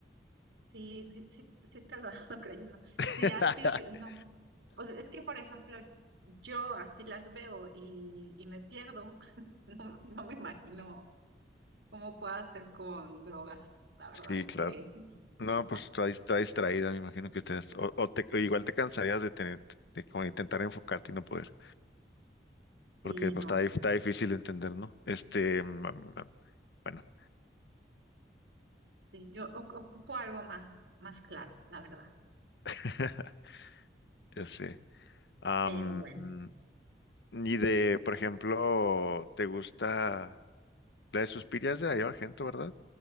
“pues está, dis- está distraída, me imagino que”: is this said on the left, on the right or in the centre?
Left